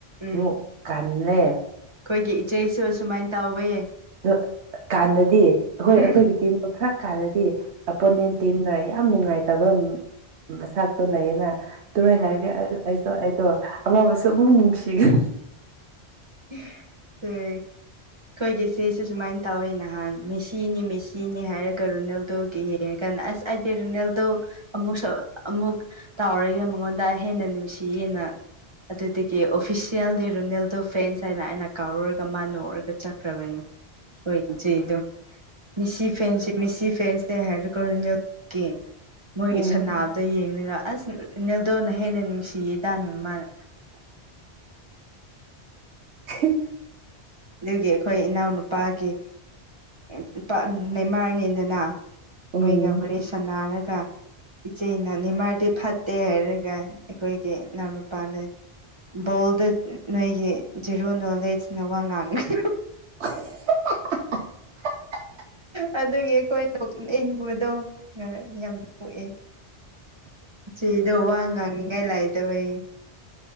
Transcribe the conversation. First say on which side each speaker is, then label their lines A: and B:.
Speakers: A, on the right; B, on the right.
A: ꯎꯝ
B: ꯑꯃꯨꯛ ꯀꯥꯟꯂꯦ
A: ꯑꯩꯈꯣꯏꯒꯤ ꯏꯆꯦꯁꯨ ꯁꯨꯃꯥꯏꯅ ꯇꯧꯋꯦ
B: ꯑꯗꯨ ꯀꯥꯟꯗꯗꯤ ꯑꯩꯈꯣꯏ
A: ꯎꯝ
B: ꯑꯩꯈꯣꯏꯒꯤ ꯇꯤꯝꯗꯣ ꯈꯔ ꯀꯥꯟꯂꯗꯤ ꯑꯄꯣꯅꯦꯟ ꯇꯤꯝꯅ ꯌꯥꯝ ꯅꯨꯡꯉꯥꯏꯇꯕ ꯃꯁꯛꯇꯣ ꯂꯩꯌꯦꯅ ꯑꯗꯨꯃꯥꯏꯅ
A: ꯎꯝ
B: ꯂꯩꯔꯗꯤ ꯑꯩꯁꯨ ꯑꯩꯗꯣ ꯑꯃꯨꯛꯀꯁꯨ ꯑꯃꯨꯛ ꯅꯨꯡꯁꯤꯒꯅꯤ
A: ꯍꯤ ꯑꯦ ꯑꯩꯈꯣꯏꯒꯤ ꯢꯆꯦꯁꯨ ꯁꯨꯃꯥꯏꯅ ꯇꯧꯋꯦ ꯅꯍꯥꯟ ꯃꯦꯁꯤꯅꯤ ꯃꯦꯁꯤ ꯁꯤꯅꯤ ꯍꯥꯏꯔꯒ ꯔꯣꯅꯥꯜꯗꯣꯒꯤ ꯌꯦꯡꯉꯀꯥꯟꯗ ꯑꯁ ꯑꯩꯗꯤ ꯔꯣꯅꯥꯜꯗꯣ ꯑꯃꯨꯛꯁꯨ ꯑꯃꯨꯛ ꯇꯥꯎꯔꯒꯦ ꯃꯉꯣꯟꯗ ꯍꯦꯟꯅ ꯅꯨꯡꯁꯤꯌꯦꯅ ꯑꯗꯨꯗꯒꯤ ꯑꯣꯐꯤꯁꯦꯜꯂꯤ ꯔꯣꯅꯥꯜꯗꯣ ꯐꯦꯟꯁ ꯍꯥꯏꯅ ꯑꯩꯅ ꯀꯧꯔꯒ ꯃꯥ ꯅꯣꯛꯔꯒ ꯆꯠꯈ꯭ꯔꯕꯅꯦ ꯍꯣꯏ ꯏꯆꯦꯗꯣ ꯃꯤꯁꯤ ꯐꯦꯟꯁ ꯃꯤꯁꯤ ꯐꯦꯟꯁꯅꯦ ꯍꯥꯏꯔꯒ ꯔꯣꯅꯥꯜꯒꯤ ꯃꯣꯏꯒꯤ
B: ꯎꯝ
A: ꯁꯅꯕꯗ ꯌꯦꯡꯔꯒ ꯑꯁ ꯔꯣꯅꯥꯜꯗꯣꯅ ꯍꯦꯟꯅ ꯅꯨꯡꯁꯤꯌꯦꯗꯅ ꯃꯥꯅ
B: ꯑꯍꯦ
A: ꯑꯗꯨꯒꯤ ꯑꯩꯈꯣꯏ ꯏꯅꯥꯎꯅꯨꯄꯥꯒꯤ ꯑꯦ ꯅꯨꯄꯥ ꯅꯦꯃꯥꯔꯅꯦꯗꯅ
B: ꯎꯝ
A: ꯃꯣꯏꯒ ꯋꯥꯔꯤ ꯁꯥꯟꯅꯔꯒ ꯏꯆꯦꯅ ꯅꯦꯃꯥꯔꯗꯤ ꯐꯠꯇꯦ ꯍꯥꯏꯔꯒ ꯑꯩꯈꯣꯏꯒꯤ ꯏꯅꯥꯎꯅꯨꯄꯥꯅ ꯕꯣꯜꯗ ꯅꯣꯏꯒꯤ ꯖꯦꯔꯣ ꯅꯣꯂꯦꯖꯅ ꯋꯥ ꯉꯥꯡꯒꯅꯨ
B: ꯍꯥꯍꯥꯍꯥꯍꯥꯍꯥ
A: ꯑ ꯑꯗꯨꯒꯤ ꯑꯩꯈꯣꯏ ꯏꯪꯕꯗꯣ ꯉꯔꯥꯡ ꯌꯥꯝ ꯅꯣꯛꯑꯦ ꯆꯦꯗꯣ ꯋꯥ ꯉꯥꯡꯅꯤꯡꯉꯥꯏ ꯂꯩꯇꯕꯒꯤ